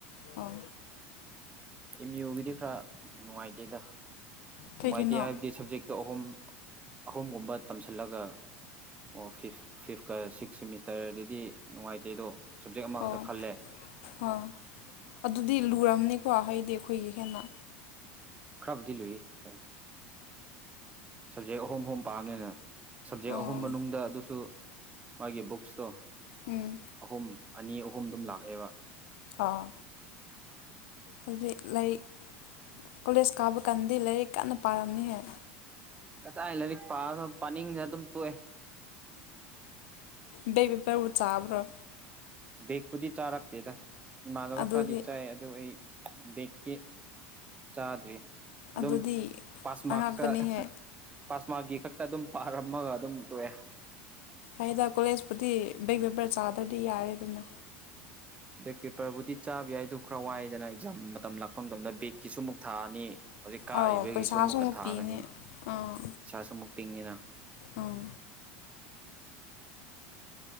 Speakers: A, on the left; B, on the right.
A: ꯑꯥ
B: ꯑꯦꯝ ꯌꯨꯒꯤꯗꯤ ꯈꯔ ꯅꯨꯡꯉꯥꯏꯇꯦꯗ
A: ꯀꯩꯒꯤꯅꯣ
B: ꯅꯨꯡꯉꯥꯏꯇꯦ ꯍꯥꯏꯕꯗꯤ ꯁꯕꯖꯦꯛꯇꯣ ꯑꯍꯨꯝ ꯑꯍꯨꯝꯒꯨꯝꯕ ꯇꯝꯁꯤꯜꯂꯒ ꯑꯣ ꯐꯤꯐ ꯐꯤꯐꯀ ꯁꯤꯛꯁ ꯁꯦꯃꯤꯁꯇꯔꯗꯗꯤ ꯅꯨꯡꯉꯥꯏꯇꯦ ꯑꯗꯣ ꯍꯧꯖꯤꯛ ꯑꯃꯈꯛꯇ
A: ꯑꯣ
B: ꯈꯜꯂꯦ
A: ꯑꯥ ꯑꯗꯨꯗꯤ ꯂꯨꯝꯅꯤꯀꯣ ꯍꯥꯏꯗꯤ ꯑꯩꯈꯣꯏꯒꯤ ꯍꯦꯟꯅ
B: ꯈꯔꯕꯨꯗꯤ ꯂꯨꯏꯏ ꯍꯣꯏ ꯁꯕꯖꯦꯛ ꯑꯍꯨꯝ ꯑꯍꯨꯝ ꯄꯥꯕꯅꯤꯅ ꯁꯕꯖꯦꯛ
A: ꯑꯥ
B: ꯑꯍꯨꯝ ꯃꯅꯨꯡꯗ ꯑꯗꯨꯁꯨ ꯃꯥꯒꯤ ꯕꯨꯛꯁꯇꯣ
A: ꯎꯝ
B: ꯑꯍꯨꯝ ꯑꯅꯤ ꯑꯍꯨꯝ ꯑꯗꯨꯝ ꯂꯥꯛꯑꯦꯕ
A: ꯑꯥ ꯑꯗꯨꯗꯤ ꯂꯥꯏꯔꯛ ꯀꯣꯂꯦꯖ ꯀꯥꯕ ꯀꯥꯟꯗꯗꯤ ꯂꯥꯏꯔꯤꯛ ꯀꯟꯅ ꯄꯥꯔꯝꯅꯤ ꯍꯦ
B: ꯀꯗꯥꯏ ꯂꯥꯏꯔꯤꯛ ꯄꯥꯒ ꯄꯥꯅꯤꯡꯗ ꯑꯗꯨꯝ ꯇꯣꯛꯑꯦ
A: ꯕꯦꯛ ꯄꯦꯄꯔꯄꯨ ꯆꯥꯎꯥꯕꯔ
B: ꯕꯦꯛꯄꯨꯗꯤ ꯆꯥꯔꯛꯇꯦꯗ ꯏꯃꯥꯟꯅꯕ
A: ꯑꯗꯨꯗꯤ
B: ꯈꯔꯗꯤ ꯆꯥꯏ ꯑꯗꯨ ꯑꯩ ꯕꯦꯛꯗꯤ ꯆꯥꯗ꯭ꯔꯦ ꯑꯗꯨꯝ
A: ꯑꯗꯨꯗꯤ
B: ꯄꯥꯁꯃꯥꯔꯛꯇ
A: ꯑꯉꯥꯛꯄꯅꯤꯍꯦ
B: ꯄꯥꯁꯃꯥꯔꯛꯀꯤ ꯈꯛꯇ ꯑꯗꯨꯝ ꯐꯔꯝꯃꯒ ꯑꯗꯨꯝ ꯇꯣꯛꯑꯦ
A: ꯑꯩꯗ ꯀꯣꯂꯦꯖꯄꯨꯗꯤ ꯕꯦꯛ ꯄꯦꯄꯔ ꯆꯥꯗ꯭ꯔꯗꯤ ꯌꯥꯔꯦ ꯑꯗꯨꯅ
B: ꯕꯦꯛ ꯄꯦꯄꯔꯕꯨꯗꯤ ꯆꯥꯕ ꯌꯥꯏꯗ ꯈꯔ ꯋꯥꯏꯗꯅ ꯑꯦꯛꯖꯥꯝ ꯃꯇꯝ ꯂꯥꯛꯄ ꯃꯇꯝꯗ ꯕꯦꯛꯀꯤꯁꯨ ꯑꯃꯨꯛ ꯊꯥꯛꯑꯅꯤ ꯍꯧꯖꯤꯛ ꯀꯥꯔꯤꯕꯒꯤꯁꯨ
A: ꯑꯧ ꯄꯩꯁꯥꯁꯨ
B: ꯑꯃꯨꯛꯀ
A: ꯑꯃꯨꯛ
B: ꯊꯥꯒꯅꯤ
A: ꯄꯤꯅꯤ ꯑꯥ
B: ꯄꯩꯁꯥꯁꯨ ꯑꯃꯨꯛ ꯇꯤꯡꯉꯤꯅ
A: ꯑꯥ